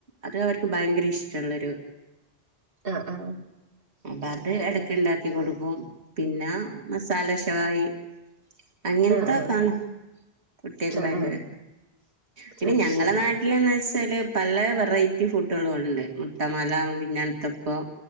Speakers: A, on the right; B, on the right.
A: അത് അവർക്ക് ഭയങ്കര ഇഷ്ടമുള്ളരു
B: ആഹ ആഹ
A: അപ്പൊ അത് എടക്കുണ്ടാക്കി കൊടുക്കും പിന്നെ മസാല ഷാവായി അങ്ങനത്തെ
B: ആ ആ
A: കാണും കുട്ടികക്ക്
B: ആ
A: ഭയങ്കര
B: ആ
A: പിന്നെ
B: അത്
A: ഞങ്ങളുടെ
B: ശരി
A: നാട്ടിലെന്ന് വെച്ച ല് പല വെറൈറ്റി ഫുഡുകളും ഉണ്ട് മുട്ടമാല പിന്നെ കൽത്തപ്പം